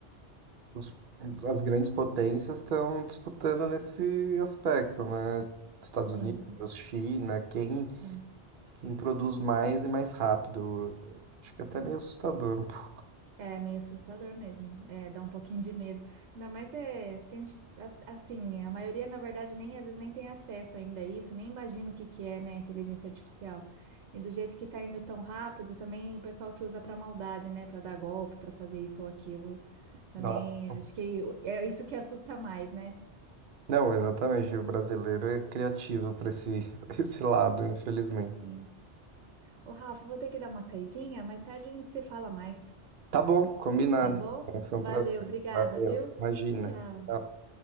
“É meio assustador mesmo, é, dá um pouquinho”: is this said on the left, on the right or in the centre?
Right